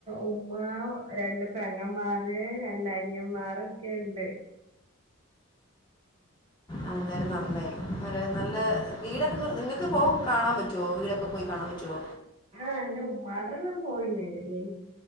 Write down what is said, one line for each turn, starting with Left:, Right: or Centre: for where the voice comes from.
Right: ഉമ്മ രണ്ട് പെങ്ങമാ ര് രണ്ടഅനിയൻ മാരൊക്കെ ഇണ്ട്
Left: അഎന്തായാലും നന്നായി ഒര്
Right: ഉം
Left: നല്ല വീടൊക്കെ നിങ്ങക്ക് പോ കാണാൻ പറ്റോ വീടൊക്കെ പോയി കാണാപറ്റോ
Right: ആഹ് എന്റെ ഉമ്മാട്രല്ലാം പോയിന് എ